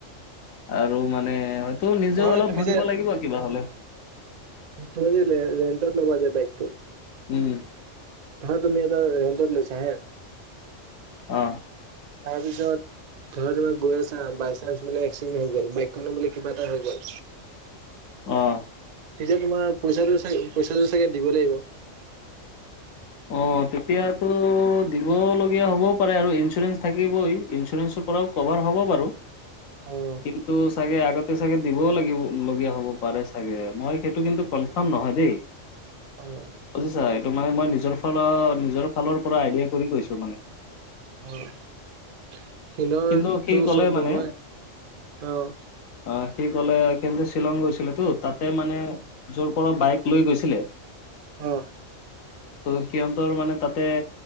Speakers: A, on the left; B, on the right.
A: আৰু মানে ত' নিজেও
B: নহয়
A: অলপ
B: তুমি
A: ভৰিব লাগিব কিবা হ'লে।
B: তুনিলে ৰেন্তাদ্ ল'ব যে বাইকটো।
A: উম্,
B: হা তুমি এটা ৰেণ্টত লৈছা হে।
A: অ',
B: তাৰপিছত। তাৰপিছত বোলে তোমাৰ গৈ আছা, বাই চান্স বোলে এক্সিডেণ্ট হৈ গ'ল। বাইকখনো বোলে কিবা এটা হৈ গ'ল।
A: অ',
B: তেতিয়া তোমাৰ পইচাটো চাগে পইচাটো চাগে দিব লাগিব।
A: অ', তেতিয়াতো দিবলগীয়া হ'বও পাৰে আৰু ইঞ্চুৰেঞ্চ থাকিবই। ইঞ্চুৰেঞ্চৰ পৰাও কভাৰ হ'ব বাৰু,
B: অ',
A: কিন্তু চাগে আগত- তাতে চাগে দিবও লাগিব, লগীয়া হ'ব পাৰে চাগে। মই সেইটো কিন্তু কনফাৰ্ম নহয় দেই।
B: অ',
A: বুজিছা, এইটো মানে মই নিজৰ ফাল, নিজৰ ফালৰ পৰা আইডিয়া কৰি কৈছোঁ মানে।
B: অ', শিলৰটো
A: কিন্তু সি ক'লে
B: চব
A: মানে
B: বনোৱাই। অ',
A: অ', সি ক'লে, সিতো শ্বিলং গৈছিলে তো। তাতে মানে যৰ পৰা বাইক লৈ গৈছিলে।
B: অ',
A: ত' সিহঁতৰ মানে তাতে